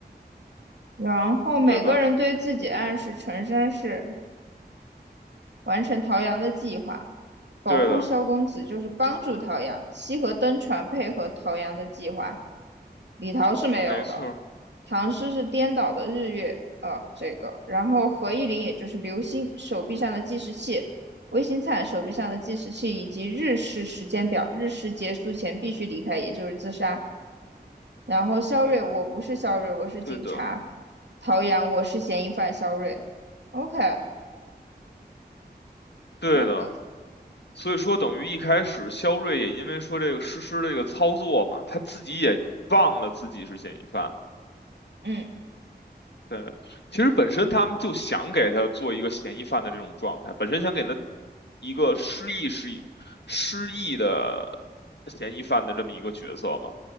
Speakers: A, on the right; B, on the left.
A: 然后每个人对自己暗示，
B: 对吧？
A: 陈山是。完成陶阳的计划。保护萧公子就是帮助陶阳，
B: 对的，
A: 西河登船配合陶阳的计划。李桃是没有的，
B: 没错儿
A: 唐诗是颠倒的日月，呃，这个，然后何意林也就是流星手臂上的计时器，魏新灿手臂上的计时器以及日食时间表，日食结束前必须离开，也就是自杀。然后肖瑞，
B: 嗯，
A: 我不是肖瑞，我是警察。
B: 对的，
A: 陶阳，我是嫌疑犯肖瑞。OK，
B: 对的。
A: 好的，
B: 所以说，等于一开始肖瑞也因为说这个实施这个操作嘛，他自己也忘了自己是嫌疑犯。
A: 嗯，
B: 对，其实本身他们就想给他做一个嫌疑犯的这种状态，本身想给他一个失忆、失忆、失忆的嫌疑犯的这么一个角色嘛。